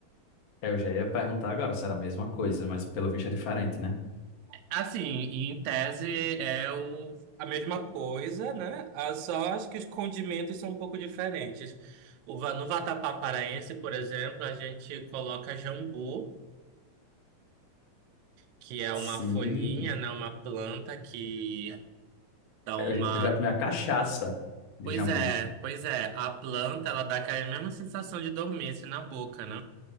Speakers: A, on the left; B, on the right.
A: É, eu já ia perguntar agora se era a mesma coisa, mas pelo visto é diferente, né?
B: Assim, e em tese é o, a mesma coisa, né? Ah, Só acho que os condimentos são um pouco diferentes. O, va- no vatapá paraense, por exemplo, a gente coloca jambu, que é
A: Sim,
B: uma folhinha, né? Uma planta que dá uma.
A: Eu, eu já tomei a cachaça de
B: Pois
A: jambu.
B: é, pois é. A planta, ela dá aquela mesma sensação de dormência na boca, né?